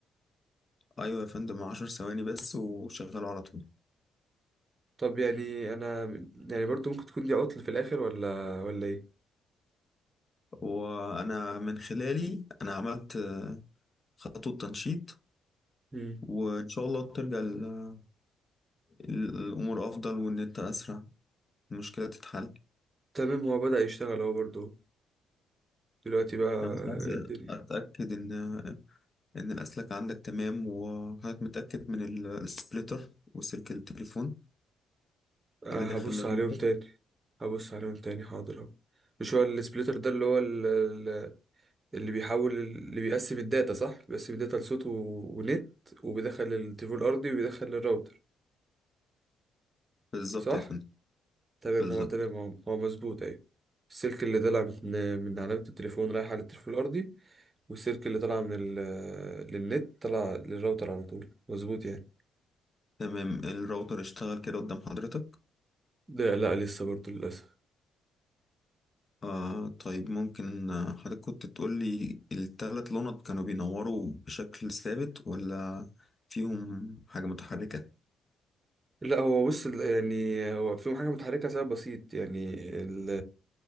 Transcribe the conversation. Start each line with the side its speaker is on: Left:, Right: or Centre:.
Left: ايوه يا فندم 10 ثواني بس وشغله على طول
Right: طب يعني انا يعني برضو ممكن تكون دي عطل في الاخر ولا ولا ايه
Left: وانا من خلالي انا عملت آه، خطوه تنشيط
Right: مم.
Left: وان شاء الله ترجع ال- ال- الامور افضل وان انت اسرع المشكله تتحل
Right: تمام هو بدأ يشتغل اهو برضو دلوقتي بقى آه،
Left: انا بس عايز
Right: الدنيا
Left: اتاكد ان ان الاسلاك عندك تمام وحضرتك متاكد من ال- السبليتر وسلك التليفون
Right: أه
Left: اللي داخل
Right: هبص
Left: الراوتر
Right: عليهم تاني هبص عليهم تاني حاضر اهو مش هو السبليتر ده اللي هو ال- ال- اللي بيحول اللي بيقسم الداتا صح بيقسم الداتا لصوت و- ونت وبيدخل التليفون الارضي وبيدخل الراوتر
Left: بالظبط
Right: صح
Left: يا فندم
Right: تمام
Left: بالظبط
Right: هو تمام هو هو مظبوط ايوه السلك اللي طلع من من علامة التليفون رايح على التليفون الأرضي والسلك اللي طلع من ال... للنت طلع للراوتر على طول مظبوط يعني
Left: تمام الراوتر اشتغل كده قدام حضرتك
Right: ده لا لسه برضه للأسف
Left: آه طيب ممكن آه، حضرتك كنت تقول لي التلات لونات كانوا بينوروا بشكل ثابت ولا فيهم حاجة متحركة؟
Right: لا هو بص ال- يعني هو فيهم حاجة متحركة سبب بسيط يعني ال...